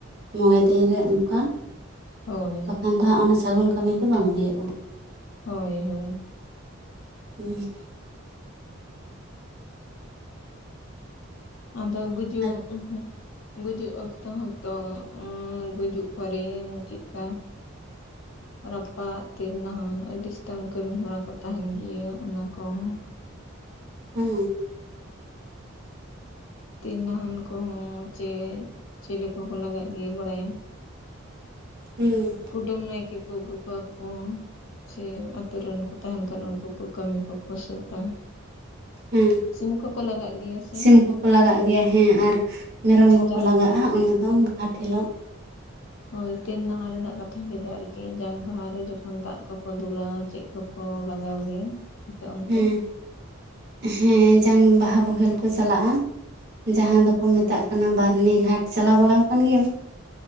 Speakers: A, on the right (about 50°); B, on the left (about 65°).
A: ᱢᱚᱬᱮ ᱫᱤᱱ ᱨᱮ ᱚᱱᱠᱟ
B: ᱦᱳᱭ
A: ᱵᱟᱠᱷᱟᱱ ᱫᱚ ᱦᱟᱸᱜ ᱚᱱᱟ ᱥᱟᱹᱜᱩᱱ ᱠᱟᱹᱢᱤ ᱫᱚ ᱵᱟᱝ ᱦᱩᱭᱩᱜ-ᱟ᱾
B: ᱦᱳᱭ ᱦᱳᱭ
A: ᱦᱮᱸ
B: ᱟᱫᱚ ᱜᱩᱡᱩᱜ
A: ᱟᱨ
B: ᱩᱦᱩᱸ ᱜᱩᱡᱩᱜ ᱚᱠᱛᱚ ᱦᱚᱸᱛᱚ ᱜᱩᱡᱩᱜ ᱯᱚᱨᱮ ᱪᱮᱫᱠᱟ
A: <inaudible>
B: ᱨᱟᱯᱟᱜ ᱛᱮᱞ ᱱᱟᱦᱟᱱ ᱟᱹᱰᱤ ᱮᱥᱛᱮᱢ ᱠᱟᱹᱢᱤ ᱦᱚᱨᱟ ᱠᱚ ᱛᱟᱦᱮᱱ ᱜᱮᱭᱟ ᱚᱱᱟ ᱠᱚᱸᱻ
A: ᱦᱩᱸ ᱦᱩᱸ
B: ᱛᱤᱞ ᱱᱟᱦᱟᱱ ᱠᱚᱦᱚᱸ ᱪᱮ ᱪᱤᱞᱤ ᱠᱚ ᱦᱚᱸ ᱦᱩᱱᱟᱹᱝ ᱮ ᱤᱭᱟᱹ ᱵᱟᱲᱟᱭᱟ
A: ᱦᱩᱸ
B: ᱠᱩᱰᱟᱹᱢ ᱱᱟᱭᱠᱮ ᱠᱚ ᱟᱹᱜᱩ ᱠᱚᱣᱟ ᱠᱚ᱾ ᱪᱮ ᱟᱛᱳ ᱨᱮᱱ ᱠᱚ ᱛᱟᱦᱮᱱ ᱠᱷᱟᱱ ᱩᱱᱠᱩ ᱠᱚ ᱠᱟᱹᱢᱤ ᱠᱚᱠᱚ ᱥᱟᱹᱛᱟ ᱾
A: ᱦᱮᱸ
B: ᱥᱤᱢ ᱠᱚᱠᱚ ᱞᱟᱜᱟᱜ ᱜᱮᱭᱟ ᱥᱮ
A: ᱥᱤᱢ ᱠᱚᱠᱚ ᱞᱟᱜᱟᱜ ᱜᱮᱭᱟ ᱦᱮᱸ ᱟᱨ ᱢᱮᱨᱚᱢ ᱠᱚᱠᱚ
B: ᱡᱟᱝ
A: ᱞᱟᱜᱟᱜᱼᱟ
B: ᱵᱟᱦᱟ
A: ᱚᱱᱟ ᱫᱚ ᱜᱷᱟᱴ ᱦᱤᱞᱚᱜ
B: ᱦᱳᱭ ᱛᱮᱱ ᱱᱟᱦᱟᱱ ᱨᱮᱱᱟᱜ ᱠᱟᱛᱷᱟᱹᱧ ᱞᱟᱹᱭᱟ ᱟᱨᱠᱤ ᱡᱟᱝ ᱵᱟᱦᱟ ᱨᱮ ᱡᱚᱠᱷᱚᱱ ᱫᱟᱜ ᱠᱚᱠᱚ ᱫᱩᱞᱟ ᱪᱮ ᱠᱩᱠᱚ ᱞᱟᱜᱟᱣ ᱜᱮᱭᱟ ᱟᱯᱮ ᱚᱱᱛᱮ
A: ᱦᱮᱸ ᱦᱮᱸ ᱡᱟᱝ ᱵᱟᱦᱟ ᱵᱚᱦᱮᱞ ᱠᱚ ᱪᱟᱞᱟᱜᱼᱟ ᱡᱟᱦᱟ ᱫᱚᱠᱚ ᱢᱮᱛ ᱢᱮᱛᱟᱜ ᱠᱟᱱᱟ ᱵᱟᱨᱱᱤ ᱜᱷᱟᱴ ᱪᱟᱞᱟᱣ ᱵᱟᱲᱟᱣ ᱠᱟᱱ ᱜᱮᱭᱟᱢ